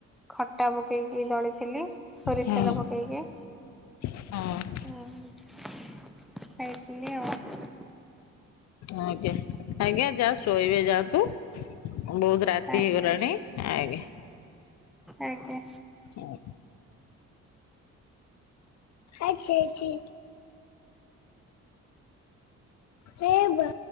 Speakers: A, in the centre; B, on the left.
A: ଖଟା ପକେଇକି ଦଳିଥିଲି ସୋରିଷ
B: ହଁ
A: ତେଲ ପକେଇକି।
B: ହଁ।
A: ଆଉ ମୁଁ ଖାଇଥିଲି ଆ।
B: ଆଜ୍ଞା ଆଜ୍ଞା ଯା ଶୋଇବେ ଯାଆନ୍ତୁ ବହୁତ ରାତି
A: ଆଜ୍ଞା
B: ହେଇଗଲାଣି ଆଜ୍ଞା।
A: ଆଜ୍ଞା।
B: ଅଁ, ଆଚ୍ଛା ଆଛିି। ହେ ବା